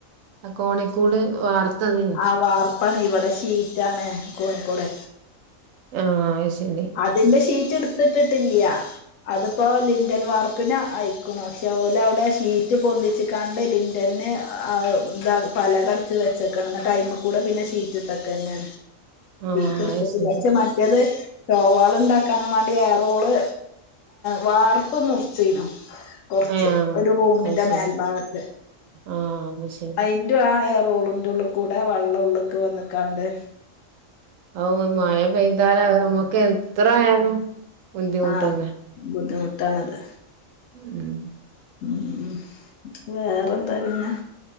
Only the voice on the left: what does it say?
ആ വാർപ്പാണ് ഇവടെ ഷീറ്റാണ് കോണികൊട്
അതിന്റെ ഷീറ്റ് ഇട്ത്ത്ട്ട്ട്ടില്ല്യാ. അത്പോ ലിന്റെൽ വാർപ്പിന് അയ്ക്ക്ണു പക്ഷെ ഓല് അവടെ ഷീറ്റ് പൊന്തിച്ച് കാണ്ട് ലിന്റെൽന് അയ് ന്താ പലക അട്ച്ച് വെച്ച്ക്കാണ് ന്ന്ട്ട് അയ്മകൂടെ പിന്നെ ഷീറ്റ്ട്ട്ക്കന്നേണ്.
<unintelligible>
പക്ഷെ മറ്റേത് ഷോവാള് ണ്ടാക്കാനും വേണ്ടി ഏറോള് വാർപ്പ് മുർച്ചീന്നു. കൊർച്ച്
ഒരു റൂമിന്റെ
മേൽഭാഗത്ത്
അയിൻ ആ ഏറോള്ന്റ് ഉള്ളുകൂടെ വള്ളം ഉള്ള്ക്ക് വന്ന്ക്കാണ്ട്
ആഹ് ബുദ്ധിമുട്ടാണത്.
ഉം വേറെന്താ പിന്നെ?